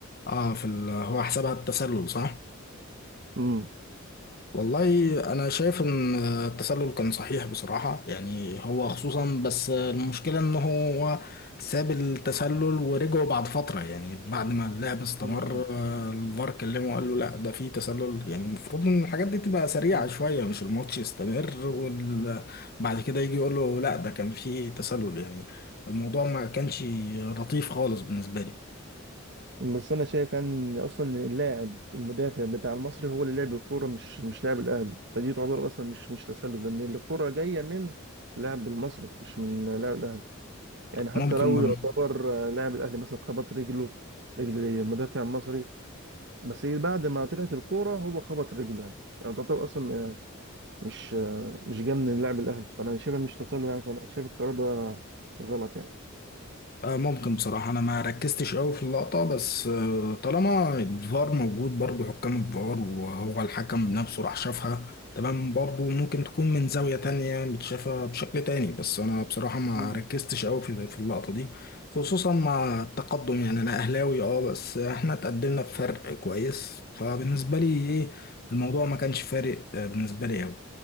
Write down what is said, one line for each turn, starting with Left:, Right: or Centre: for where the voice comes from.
Left: اه في ال... هو حسبها التسلل صح؟
Right: امم
Left: والله انا شايف ان التسلل كان صحيح بصراحة يعني هو خصوصا بس المشكلة ان هو ساب التسلل ورجعوا بعد فترة يعني بعد ما اللعب استمر
Right: مم.
Left: آه، الفار كلمه وقال له لا ده في تسلل يعني المفروض ان الحاجات دي تبقى سريعة
Right: مم.
Left: شوية مش الماتش يستمر وبعد كده يجي يقول له لا ده كان في تسلل يعني الموضوع ما كانش لطيف خالص بالنسبة لي
Right: بس انا شايف يعني ان اصلا اللاعب المدافع بتاع المصري هو اللي لعب الكوره مش مش لاعب الاهلي فدي تعتبر اصلا مش مش تسلل لان الكوره جايه من لاعب المصري مش من لاعب الاهلي يعني حتى
Left: ممكن
Right: لو
Left: برضه
Right: يعتبر آه، لاعب الاهلي مثلا خبط رجله رجل مدافع مصري بس بعد ما طلعت الكوره هو خبط رجله يعني يعني تعتبر اصلا آه، مش آه، مش جاي من لاعب الاهلي فانا شايفها مش تسلل يعني فانا شايف القرار ده غلط يعني
Left: آه، ممكن بصراحة أنا ما ركزتش أوي في اللقطة بس آه، طالما الفار موجود برضه حكام الفار وهو الحكم نفسه راح شافها تمام برضه ممكن تكون من زاوية تانية متشافة بشكل تاني بس أنا بصراحة ما
Right: مم.
Left: ركزتش أوي في في اللقطة دي خصوصا مع التقدم يعني أنا أهلاوي أه بس إحنا اتقدمنا بفرق كويس فبالنسبة لي إيه الموضوع ما كانش فارق آه، بالنسبة لي أوي